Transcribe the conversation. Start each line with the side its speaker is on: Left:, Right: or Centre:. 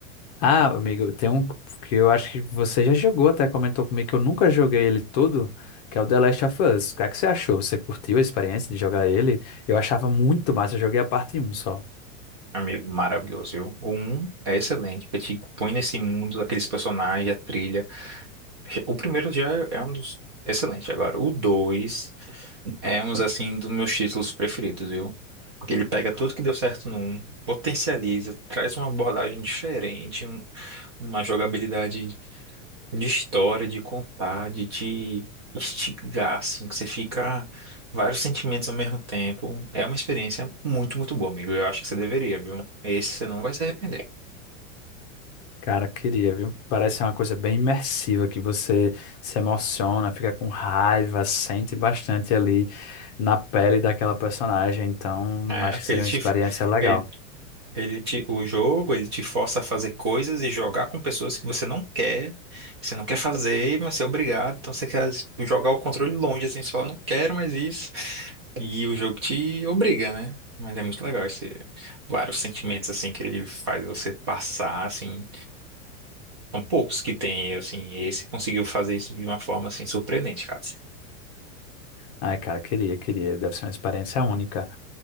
Left: Ah, amigo, tem um que eu acho que você já jogou, até comentou comigo que eu nunca joguei ele todo, que é o The Last of Us. O que é que você achou? Você curtiu a experiência de jogar ele? Eu achava muito massa, eu joguei a parte um só.
Right: Amigo, maravilhoso, viu? O um é excelente, porque te põe nesse mundo, aqueles personagens, a trilha. O primeiro já é um dos excelente agora. O 2 é um assim dos meus títulos preferidos, viu? Porque ele pega tudo que deu certo no um, potencializa, traz uma abordagem diferente, um- uma jogabilidade de história, de contar, de te instigar, assim, que você fica vários sentimentos ao mesmo tempo. É uma experiência muito, muito boa, amigo. Eu acho que você deveria, viu? Esse você não vai se arrepender.
Left: Cara, queria, viu? Parece ser uma coisa bem imersiva, que você se emociona, fica com raiva, sente bastante ali na pele daquela personagem. Então,
Right: É,
Left: acho
Right: porque
Left: que seria
Right: ele te,
Left: uma experiência legal.
Right: ele, ele te, o jogo, ele te força a fazer coisas e jogar com pessoas que você não quer, que você não quer fazer, mas você é obrigado. Então você quer jogar o controle longe, assim, você fala, não quero mais isso. E o jogo te obriga, né? Mas é muito legal esse, vários sentimentos, assim, que ele faz você passar, assim. São poucos que tem, assim, esse conseguiu fazer isso de uma forma, assim, surpreendente, cara.
Left: Ai, cara, queria, queria. Deve ser uma experiência única.